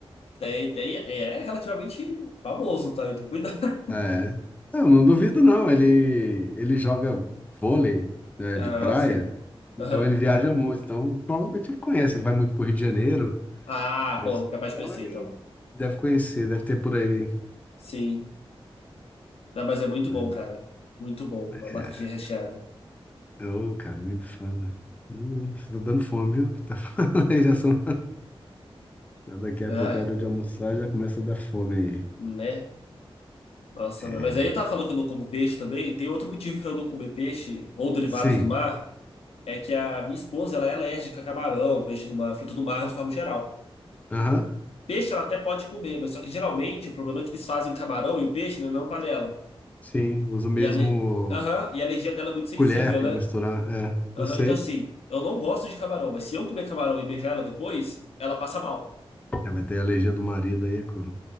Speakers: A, on the left; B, on the left.
A: Tem, tem, é é relativamente famoso, tá? Então, cuidado. <laughs>
B: Ah, É. Eu não duvido, não. Ele, ele joga vôlei, né,
A: Ah,
B: de praia,
A: sim.
B: então
A: Aham.
B: ele viaja muito. Então, provavelmente ele conhece. Ele vai muito para Rio de Janeiro,
A: Ah,
B: mas
A: pô, capaz
B: então
A: de conhecer,
B: ele
A: então.
B: deve conhecer, deve ter por aí.
A: Sim. Não, mas é muito
B: Mas,
A: bom, cara. Muito bom. Uma batatinha
B: é,
A: recheada.
B: ô, cara, nem fala. Hum, tá dando fome, viu? <laughs> Tá falando aí, já são... <laughs> Daqui a
A: Ah,
B: pouco, a hora de almoçar, já começa a dar fome aí.
A: né? Nossa,
B: É,
A: mãe, mas aí eu tava falando que eu não como peixe também. Tem outro motivo pra eu não comer peixe ou derivados
B: Sim,
A: do mar, é que a minha esposa ela é alérgica a camarão, peixe do mar, fruto do mar de forma geral.
B: aham,
A: Peixe ela até pode comer, mas só que geralmente o problema é que eles fazem camarão e o peixe na mesma panela.
B: Sim, uso mesmo
A: E a, ale... Aham, e a alergia dela é muito sensível,
B: Colher para
A: né?
B: misturar, é,
A: Aham,
B: eu sei.
A: Então assim, eu não gosto de camarão, mas se eu comer camarão e beijar ela depois, ela passa mal.
B: É, vai ter a alergia do marido aí, é cru.